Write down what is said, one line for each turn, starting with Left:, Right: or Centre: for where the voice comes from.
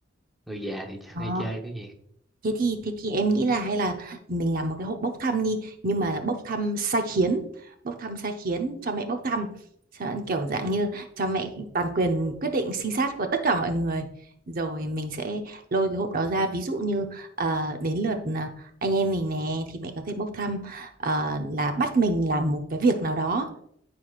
Centre: người già thì hay
Right: Ờ.
Centre: chơi cái gì
Right: Thế thì thế thì em nghĩ là hay là mình làm một cái hộp bốc thăm đi nhưng mà là bốc thăm sai khiến bốc thăm sai khiến cho mẹ bốc thăm Cho- kiểu dạng như cho mẹ toàn quyền quyết định sinh sát của tất cả mọi người rồi mình sẽ lôi cái hộp đó ra ví dụ như ờ, đến lượt à, anh em mình nè thì mẹ có thể bốc thăm ờ, là bắt mình làm một cái việc nào đó